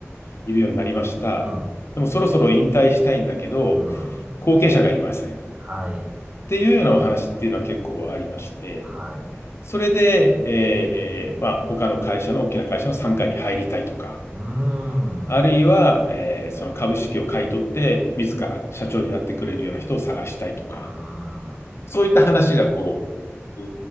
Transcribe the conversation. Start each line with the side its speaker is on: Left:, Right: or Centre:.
Left: いるようになりました。
Right: うん、
Left: でも、そろそろ引退したいんだけど、
Right: うん。
Left: 後継者がいません。っ
Right: はい、
Left: ていうようなお話っていうのは結構ありまして、
Right: はい。
Left: それで、えーまあ、他の会社の大きな会社の傘下に入りたいとか、
Right: うーん、
Left: あるいは、
Right: う
Left: えーその株式を買い取って、自ら社長になってくれるような人を探したいとか、
Right: ーん、
Left: そういった話がこう、う